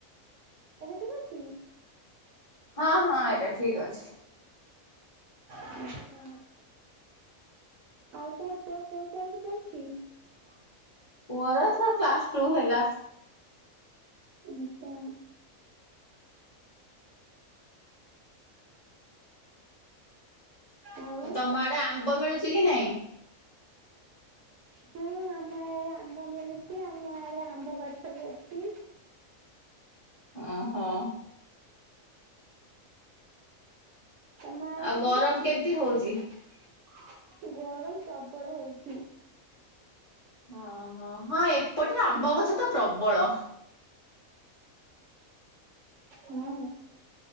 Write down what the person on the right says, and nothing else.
ଠିକ ଅଛି
ଆଚ୍ଛା। ଆଉ ତମ ପୁଅ <inaudible>
ଆଚ୍ଛା ଆଉ
ହଁ ଆମ ଇଆଡେ ଆମ୍ବ ମିଳୁଛି ଆମ ଆଡେ ଆମ୍ବ ଗଛ ବି ଅଛି
ନୟାଗଡେ
ସବୁ
ମିଳୁଚି।
ଗରମ ପ୍ରବଳ ହଉଚି।
ବର୍ଷା
ହଁ